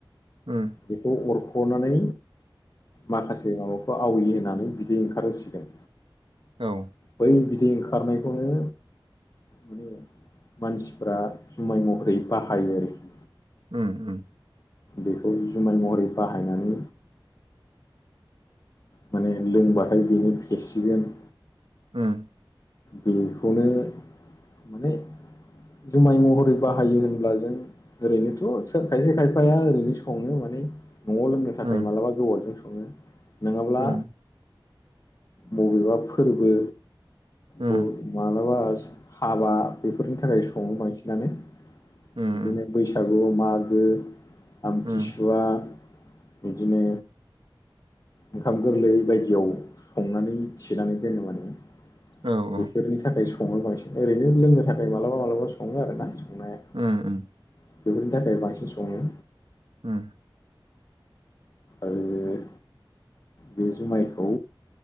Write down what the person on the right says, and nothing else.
उम
औ
उम उम
उम
उम
उम
उम
उम
उम
उम
उम
औ औ
उम उम
उमह